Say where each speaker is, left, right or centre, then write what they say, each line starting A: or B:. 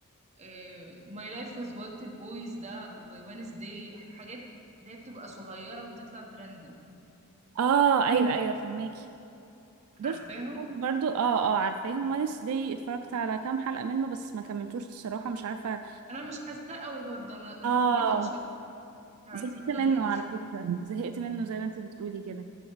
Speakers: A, on the right (about 30°); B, on the right (about 70°).
A: آه My Life with Walter Boys ده ووينزداي الحاجات دي اللي هي بتبقى صغيرة وبتطلع ترند دي
B: اه ايوه ايوه فهماكي دول
A: عارفاهم
B: شفتهم برضو اه اه عارفاهم ونس دي اتفرجت على كام حلقة منه بس ما كملتوش الصراحة مش عارفة
A: انا مش حاساه قوي برضه انا انا
B: اه
A: كملته عشان مش عارفة
B: زهقت
A: عايزين ايه
B: منه على فكرة زهقت منه زي ما انت بتقولي كده